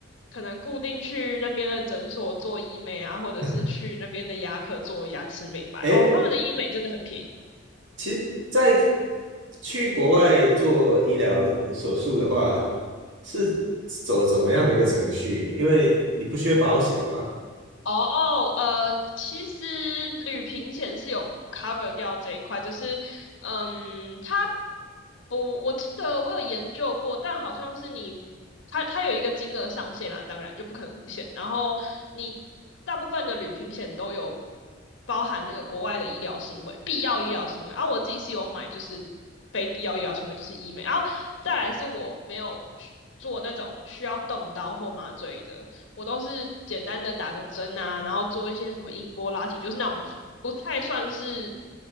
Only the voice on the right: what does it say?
<laughs> 诶，
其实，在去国外做医疗手术的话，是走怎么样的一个程序？因为你不需要保险吗？